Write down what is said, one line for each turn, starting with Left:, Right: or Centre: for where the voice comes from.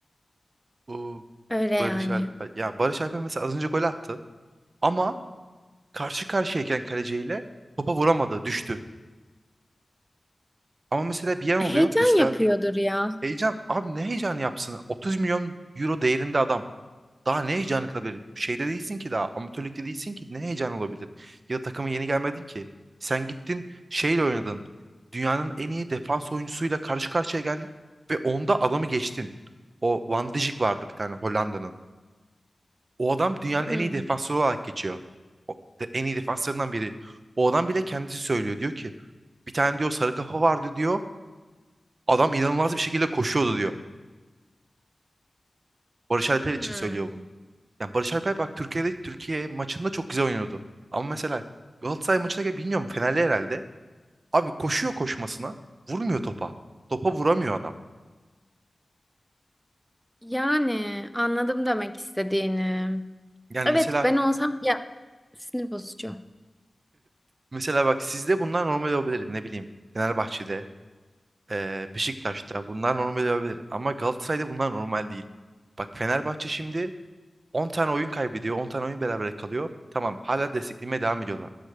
Right: O
Centre: Öyle yani.
Right: Barış Alper. Ya Barış Alper mesela az önce gol attı. Ama karşı karşıyayken kaleciyle topa vuramadı. Düştü. Ama mesela bir yan
Centre: Heyecan
Right: oluyor. Mesela
Centre: yapıyordur ya.
Right: Heyecan abi ne heyecan yapsın? 30 milyon euro değerinde adam. Daha ne heyecanı kalabilir? Şeyde değilsin ki daha. Amatörlükte değilsin ki. Ne heyecan olabilir? Ya da takıma yeni gelmedin ki. Sen gittin şeyle oynadın. Dünyanın en iyi defans oyuncusuyla karşı karşıya geldin. Ve onda adamı geçtin. O Van Dijk vardı bir tane Hollanda'nın. O adam dünyanın
Centre: Hmm.
Right: en iyi defansları olarak geçiyor. O, de- en iyi defanslarından biri. O adam bile kendisi söylüyor. Diyor ki bir tane diyor sarı kafa vardı diyor. Adam inanılmaz bir şekilde koşuyordu diyor. Barış Alper
Centre: Hmm.
Right: için söylüyor bunu. Yani Barış Alper bak Türkiye'de Türkiye maçında çok güzel oynuyordu. Ama mesela Galatasaray maçına gel bilmiyorum Fenerli herhalde. Abi koşuyor koşmasına, vurmuyor topa. Topa vuramıyor adam.
Centre: Yani anladım demek istediğini.
Right: Yani
Centre: Evet
Right: mesela
Centre: ben olsam ya sinir bozucu.
Right: mesela bak sizde bunlar normal olabilir ne bileyim. Fenerbahçe'de, eee, Beşiktaş'ta bunlar normal olabilir. Ama Galatasaray'da bunlar normal değil. Bak Fenerbahçe şimdi 10 tane oyun kaybediyor, 10 tane oyun berabere kalıyor. Tamam hala desteklemeye devam ediyorlar.